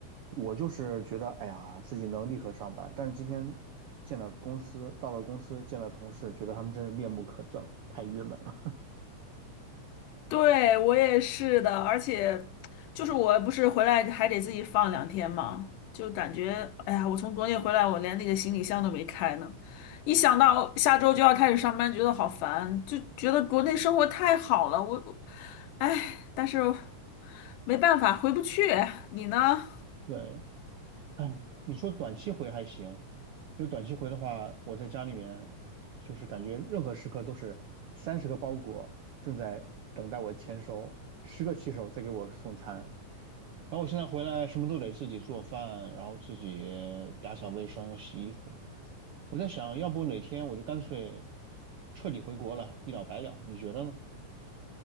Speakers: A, on the right; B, on the left.
A: 我就是觉得，哎呀，自己能立刻上班，但是今天见了公司，到了公司见了同事，觉得他们真是面目可憎，太郁闷了。
B: 对，我也是的，而且就是我不是回来还得自己放两天嘛，就感觉哎呀，我从国内回来，我连那个行李箱都没开呢。一想到下周就要开始上班，觉得好烦，就觉得国内生活太好了。我，我哎，但是没办法，回不去。你呢？
A: <laughs> 对，哎，你说短期回还行，因为短期回的话，我在家里面就是感觉任何时刻都是三十个包裹正在等待我签收，十个骑手在给我送餐。然后我现在回来什么都得自己做饭，然后自己打扫卫生、洗衣服。我在想，要不哪天我就干脆彻底回国了，一了百了。你觉得呢？